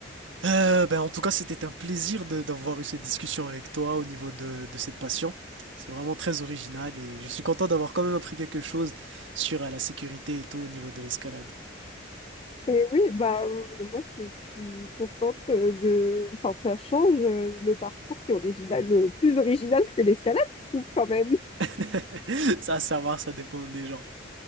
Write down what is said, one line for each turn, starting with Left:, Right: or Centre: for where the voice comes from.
Right: Euh, ben, en tout cas, c'était un plaisir de- d'avoir eu cette discussion avec toi au niveau de, de cette passion. C'est vraiment très original et je suis content d'avoir quand même appris quelque chose sur euh, la sécurité et tout au niveau de l'escalade.
Left: Et oui, bah euh, moi je suis contente de... Enfin, ça change, euh, le parcours, c'est original, euh, plus original que l'escalade, je trouve quand même.
Right: <laughs> Ça, à savoir, ça dépend des gens.